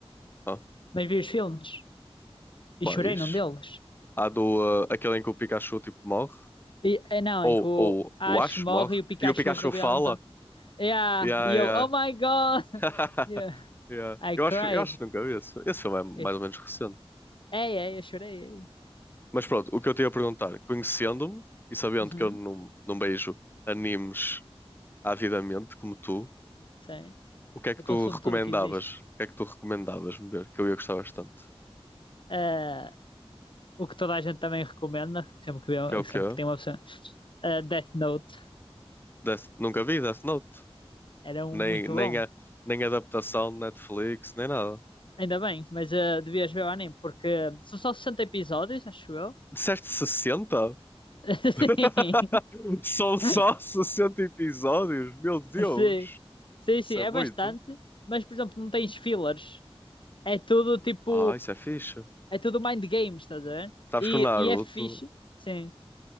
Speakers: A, on the left; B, on the left.
A: Ah,
B: Mas vi os filmes
A: quais?
B: e chorei num deles.
A: Há do. ah, aquele em que o Pikachu tipo morre?
B: E, é não,
A: Ou,
B: em que o
A: ou
B: Ash
A: o Ash
B: morre
A: morre?
B: e o Pikachu
A: E o Pikachu
B: rebenta.
A: fala?
B: Yeah,
A: Yeah,
B: e
A: yeah.
B: eu, oh my God! <laughs>
A: <laughs>
B: Yeah.
A: Yeah.
B: I
A: Eu
B: cried.
A: acho, eu acho que nunca vi esse. Esse filme é mais
B: Eu-
A: ou menos recente.
B: Ei, ei, eu chorei. Ei.
A: Mas pronto, o que eu te ia perguntar, conhecendo-me e sabendo
B: Uhum,
A: que eu não, não beijo animes avidamente como tu,
B: sei.
A: o que é que
B: Eu
A: tu
B: consumo
A: recomendavas?
B: tudo o que existe.
A: O que é que tu recomendavas-me ver? Que eu ia gostar bastante.
B: Ah, o que toda a gente também recomenda, sempre que, vê-
A: Que é o quê?
B: sempre que tem uma opção, ah, Death Note
A: Death... Nunca vi Death Note.
B: era
A: Nem,
B: um muito
A: nem,
B: bom.
A: a, nem adaptação de Netflix, nem nada.
B: Ainda bem, mas ah, devias ver o anime, porque são só 60 episódios, acho eu.
A: Disseste 60?
B: <laughs> Sim.
A: <laughs> São só
B: <laughs>
A: 60 episódios? Meu Deus!
B: Sim, sim, sim,
A: Isso
B: é
A: é muito.
B: bastante, mas por exemplo, não tens fillers. É tudo tipo,
A: Ah, isso é fixe.
B: é tudo mind games, estás a ver?
A: Sabes
B: E,
A: que o Naruto
B: e é fixe, sim,